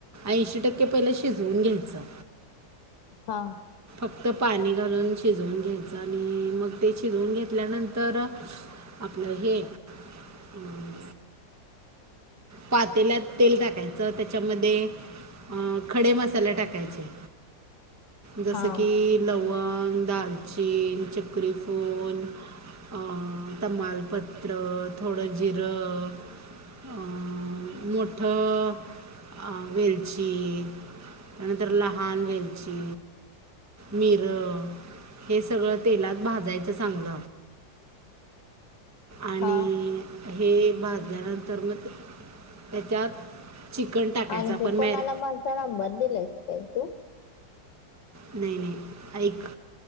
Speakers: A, on the right; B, on the left.
A: ऐशी टक्के पाहिलं शिजवून घ्यायचं.
B: हा..
A: फक्त पानी घालून शिजवून घ्यायचं, आनी मग ते शिजवून घेतल्यानंतर आपलं हे, अं पातेल्यात तेल टाकायचं, त्याच्यामदे अं खडे मसाले टाकायचे. जसं
B: हा
A: की, लवंग. लवंग, दालचिन, चक्रीफूल अं तमालपत्र, थोडं जिरं, अं मोठं... आ वेलची, त्यानंतर लहान वेलची, मिर, हे सगळं तेलात भाजायचं चांगल. आणि....
B: हा
A: हे भाजल्यानंतर म ते त्याच्यात चिकन टाकायचं
B: आणखी
A: आपण
B: कोणाला
A: मॅर
B: माझा नंबर दिलायंस का तू?
A: नाही नाही ऐक.